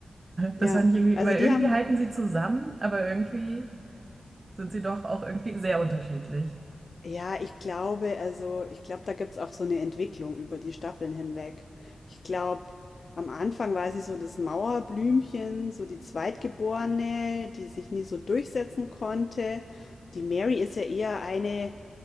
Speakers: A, on the right; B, on the left.
A: Das
B: Ja,
A: fand ich irgendwie,
B: also
A: weil
B: die
A: irgendwie
B: haben,
A: halten sie zusammen, aber irgendwie sind sie doch auch irgendwie sehr unterschiedlich.
B: ja, ich glaube, also ich glaube, da gibt's auch so eine Entwicklung über die Staffeln hinweg. Ich glaube, am Anfang war sie so das Mauerblümchen, so die Zweitgeborene, die sich nie so durchsetzen konnte. Die Mary ist ja eher eine,